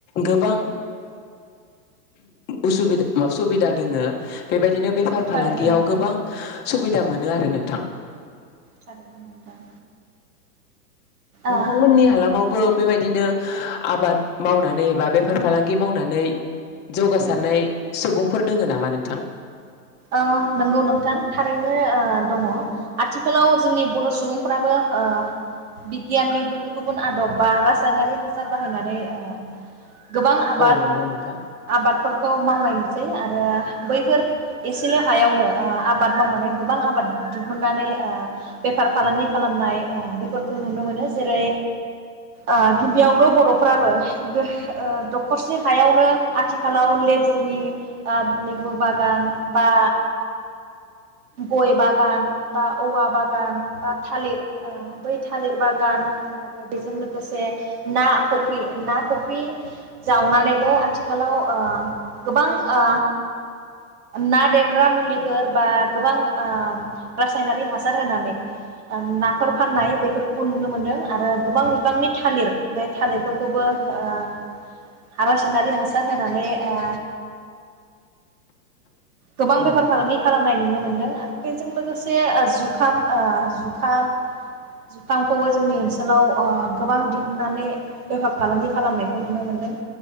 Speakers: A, on the left (about 20°); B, on the right (about 65°).
A: गोबां उसुबिद सुबिदा दोङो। बेबायदिनो
B: नंगौ
A: बेफार फालांगियाव
B: थारैनो नोंथां
A: गोबां सुबिदा मोनो आरो नोंथां।
B: थारैनो नोंथां। ओ
A: नोंथांमोननि हालामावबो बेबायदिनो आबाद मावनानै एबा बेफार फालांगि मावनानै जौगासारनाय सुबुंफोर दोङो नामा नोंथां?
B: अ नंगौ नोंथां थारैनो ओ दङ आथिखालाव जोंनि बर' सुबुंफ्राबो ओ बिगियाननि गुबुन गुबुन आदब बा रासायनारि हासार बाहायनानै ओ गोबां आबाद
A: औ नंगौ नोंथां
B: आबादफोरखौ मावनाय नुसै आरो बैफोर एसेल हायावनो ओ आबाद मावनानै गोबां आबाद दिहुननानै ओ बेफार फालांगि खालामनाय ओ बेफोरखौ नुनो मोनो जेरै ओ गिबियावनो बर'फ्राबो गो ओ दखरसे हायावनो आथिखालाव लेबुनि ओ लेबु बागान बा गय बागान बा औवा बागान बा थालिर ओ बै थालिर बागान आरो बेजों लोगोसे ना फख्रि ना फख्रि जावनानैबो आथिखालाव ओ गोबां ओ ना देरग्रा मुलिफोर बा गोबां ओ रासायनारि हासार होनानै ओ नाफोर फाननाय बेफोरखौबो नुनो मोनदों आरो गोबां बिबांनि थालिर बे थालिरफोरखौबो ओ रासायनारि हासार होनानै ओ गोबां
A: औ
B: बेफार
A: नंगौ
B: फालांगि खालामनाय नुनो मोनदों। बेजों लोगोसे ओ जुखाम ओ जुखाम जुखामखौबो जोंनि ओनसोलाव ओ गोबां दिहुननानै बेफार फालांगि खालामनाय खौ नुनो मोनदों।